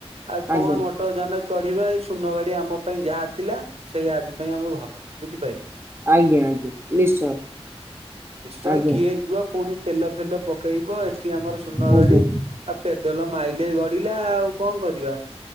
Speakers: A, on the right (about 65°); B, on the right (about 20°).
A: ଆଉ କଣ
B: ଆଜ୍ଞା
A: ମୋଟର ଯାନ ଚଢିବା ଏଇ ଶୂନ ଗାଡି ଆମ ପାଇଁ ଯାହା ଥିଲା ସେଇ ଆଜି ପାଇଁ ଆମେ ଭଲ ବୁଝିପାଇଲ
B: ଆଜ୍ଞା ଆଜ୍ଞା ନିଶ୍ଚୟ।
A: ନିଶ୍ଚୟ
B: ଆଜ୍ଞା
A: କିଏ ଯିବ ପୁଣି ତେଲ ଫେଲ ପକେଇବ ଏଠି ଆମର ଶୂନ
B: ଆଜ୍ଞା
A: ଗାଡି। ଆଉ ପେଡେଲ ମାଇଲେ ଗଡିଲା ଆଉ କଣ କରିବା?